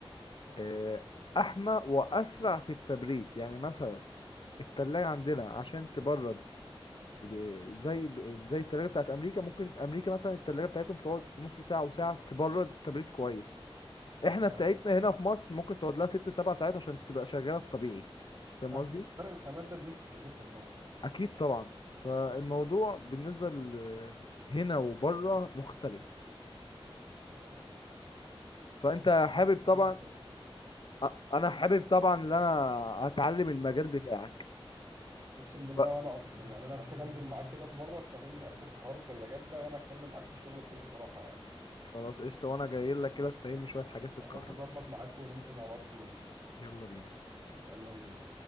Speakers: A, on the left; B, on the right.
A: آه، احمى واسرع في التبريد يعني مثلا التلاجة عندنا عشان تبرد ب- زي ب- زي التلاجة بتاعت أمريكا ممكن أمريكا مثلا التلاجة بتاعتهم تقعد نص ساعة وساعة تبرد تبريد كويس إحنا
B: آه.
A: بتاعتنا هنا في مصر ممكن تقعد لها ست سبع ساعات عشان تبقى شغالة الطبيعي فاهم
B: ما
A: قصدي؟
B: اكيد فرق الخامات ده بيفرق جدا طبعا
A: أكيد طبعا فالموضوع بالنسبة ل- هنا وبره مختلف
B: لا طبعا
A: فأنت حابب
B: لا بس
A: طبعا
B: بجد
A: أ- أنا حابب طبعا إن أنا أتعلم المجال بتاعك
B: اقسم بالله
A: ف-
B: وانا اكتر يعني انا محتاج انزل معاك كده في مره تفهمني اكتر في حوار التلاجات ده وانا اتكلم معاك في الشغل بكل صراحه يعني
A: خلاص قشطة وأنا جاي لك كده تفهمني شوية حاجات في الكهرباء
B: خلاص هظبط معاك وننزل مع بعض في يوم
A: يلا بينا
B: يلا بينا